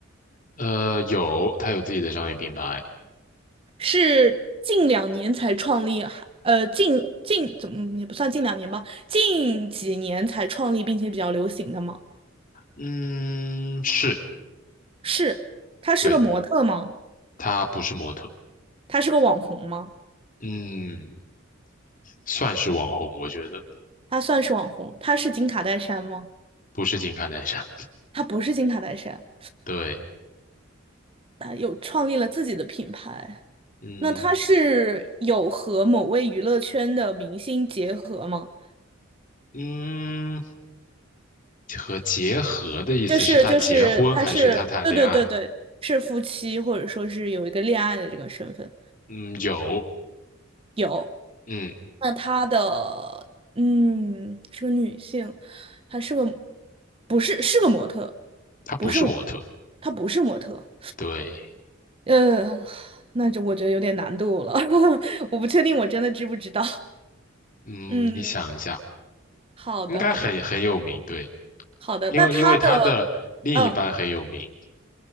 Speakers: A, on the left; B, on the right.
A: 呃，有，她有自己的商业品牌。
B: 是近两年才创立，还呃，近近怎么嗯也不算近两年吧，近几年才创立并且比较流行的吗？
A: 嗯，是，
B: 是，她是个模特吗？
A: 对，她不是模特。
B: 她是个网红吗？
A: 嗯，算是网红，我觉得
B: 他算是网红，他是金卡戴珊吗？
A: 不是金卡戴珊。
B: 他不是金卡戴珊，
A: 对，
B: 他有创立了自己的品牌。
A: 嗯
B: 那他是有和某位娱乐圈的明星结合吗？
A: 嗯，和结合的意思是他结婚还是他谈恋爱？
B: 就是就是，他是对对对对，是夫妻或者说是有一个恋爱的这个身份。
A: 嗯，有，
B: 有，
A: 嗯，
B: 那他的嗯是个女性，她是个不是是个模特，
A: 他不是模特。
B: 不是模特，她不是模特。
A: 对，
B: 呃，那就我觉得有点难度了，<laughs> 我不确定我真的知不知道。
A: 嗯，
B: 嗯，
A: 你想一下，
B: 好的，
A: 应该很很有名。
B: 好的，
A: 对，
B: 好的。
A: 因为因为他的另一半很有名。
B: 那他的，嗯，